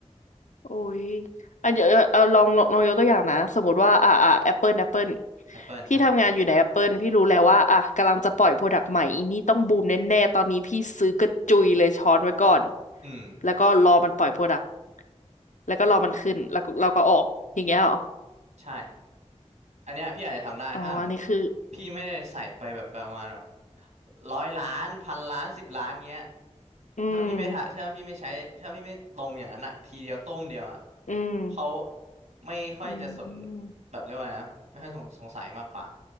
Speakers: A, on the left; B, on the right.
A: โอ้ยอ่ะเดี๋ยวเอาลองลองลองยกตัวอย่างนะ สมมติว่าอ่ะอ่ะแอปเปิลแอปเปิล
B: Apple
A: พี่ทำงานอยู่ในแอปเปิลพี่รู้แล้วว่าอ่ะกำลังจะปล่อยโปรดักต์ใหม่อีนี่ต้องบูมแน่ๆ
B: อ่ะฮะ
A: ตอนนี้พี่ซื้อกระจุยเลยช้อนไว้ก่อน
B: อืม
A: แล้วก็รอมันปล่อยโปรดักต์แล้วก็รอมันขึ้นแล้วก็เราก็ออกอย่างเงี้ยเหรอ
B: ใช่อันเนี้ยพี่อาจจะทำได้ถ้าสมมติ
A: อ๋ออันนี้คือ
B: พี่ไม่ได้ใส่ไปแบบประมาณแบบ ร้อยล้านพันล้านสิบล้านเงี้ย
A: อืม
B: ถ้าพี่ไม่ทะถ้าพี่ไม่ใช้ถ้าพี่ไม่ลงอย่างนั้นอะทีเดียวต้มเดียวอะ
A: อืม
B: เขาไม่ค่อยจะสน
A: อืม
B: แบบเรียกว่าไงนะไม่ค่อยสงสงสัยมากกว่า